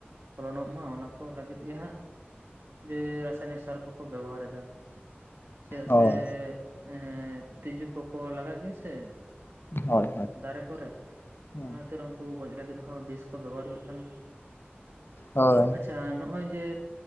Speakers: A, on the right (about 70°); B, on the left (about 65°).
A: ᱯᱷᱚᱞᱚᱱᱚᱜ ᱢᱟ ᱚᱱᱟ ᱠᱚ ᱞᱟᱹᱜᱤᱫ ᱜᱮ ᱦᱟᱸᱜ ᱡᱮ ᱨᱟᱥᱟᱭᱱᱤᱠ ᱥᱟᱨ ᱠᱚᱠᱚ ᱵᱮᱵᱚᱦᱟᱨ ᱮᱫᱟ᱾ ᱪᱮᱭᱟᱜ
B: ᱦᱳᱭ
A: ᱥᱮ ᱮᱸᱜ ᱛᱤᱡᱩ ᱠᱚᱠᱚ ᱞᱟᱜᱟᱜ ᱜᱮᱭᱟ ᱥᱮ᱾
B: ᱦᱳᱭ
A: ᱫᱟᱨᱮ ᱠᱚᱨᱮ᱾
B: ᱦᱳᱭ
A: ᱚᱱᱟᱠᱷᱟᱛᱤᱨ ᱚᱝ ᱠᱩ ᱜᱚᱡ ᱞᱟᱹᱜᱤᱫ ᱦᱚᱸ ᱵᱤᱥ ᱠᱚ ᱵᱮᱵᱟᱦᱟᱨ ᱦᱩᱭᱩᱜ ᱠᱟᱱᱟ᱾
B: ᱦᱳᱭ
A: ᱟᱪᱪᱷᱟ ᱱᱚᱜ ᱱᱚᱜ-ᱚᱭ ᱡᱮ